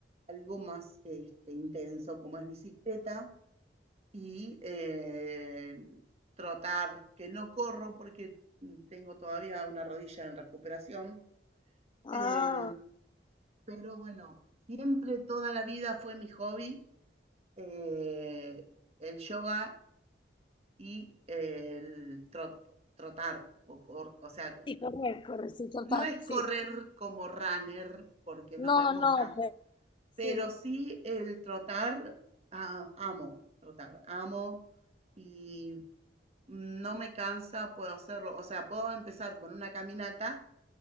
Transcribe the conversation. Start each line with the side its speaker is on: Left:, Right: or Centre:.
Right: algo más este, intenso, como es bicicleta y eh, trotar, que no corro porque tengo todavía una rodilla en recuperación.
Left: Ah,
Right: Eh, pero bueno, siempre toda la vida fue mi hobby eh, el yoga y el trot, trotar, o, cor- o sea,
Left: y correr, correr, sí, total,
Right: no es
Left: sí.
Right: correr como runner porque no
Left: No,
Right: me gusta,
Left: no, pero sí,
Right: Pero sí el trotar, ah, amo trotar, amo y no me cansa, puedo hacerlo. O sea, puedo empezar con una caminata